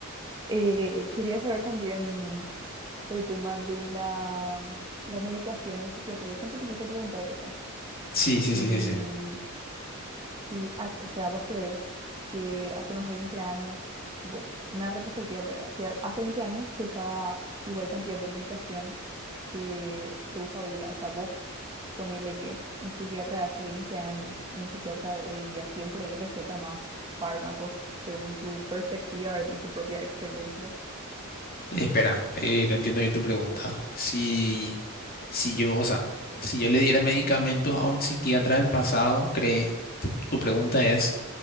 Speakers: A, on the right (about 20°); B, on the left (about 45°).
A: Eh, quería saber también el tema de la, la medicación en psiquiatría. Siempre te quise preguntar eso,
B: Sí,
A: si
B: sí, sí, sí, sí.
A: Sí, ah, o sea, ¿vos crees que hace unos 20 años, bo- una retrospectiva primero, si a- hace 20 años se usaba igual cantidad de medicación que se usa hoy día? O sea, vos ponele que un psiquiatra de hace 20 años y un psiquiatra de hoy día, ¿quién por ahí receta más fármacos según tu perspectiva ¿verdad? y tu propia experiencia?
B: Espera, eh, no entiendo bien tu pregunta. Si, si yo, o sea, si yo le diera medicamentos a un psiquiatra del pasado, cree, tu, tu pregunta es